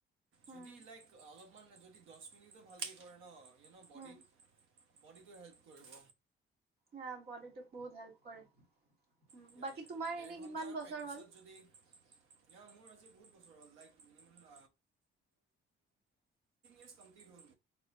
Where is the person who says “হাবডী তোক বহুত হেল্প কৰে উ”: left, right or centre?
Right